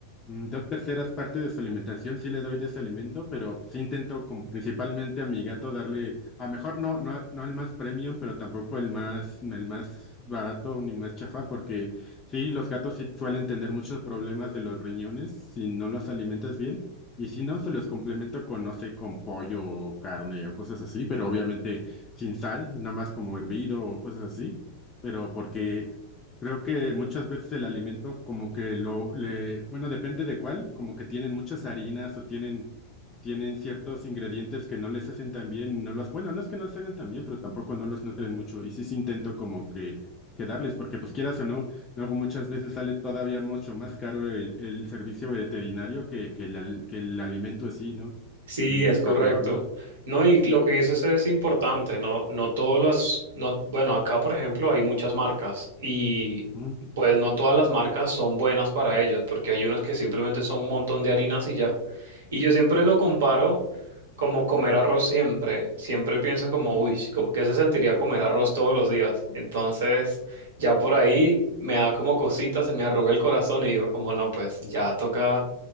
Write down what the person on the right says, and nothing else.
Sí,
es
correcto.
No, y lo que dices es importante, no, no todas las, no, bueno, acá por ejemplo hay muchas marcas y
pues no todas las marcas son buenas para ellos, porque hay unos que simplemente son un montón de harinas y ya. Y yo siempre lo comparo como comer arroz siempre, siempre pienso como, uy, como que se sentiría comer arroz todos los días. Entonces, ya por ahí me da como cositas, se me arruga el corazón y digo como, no, pues ya toca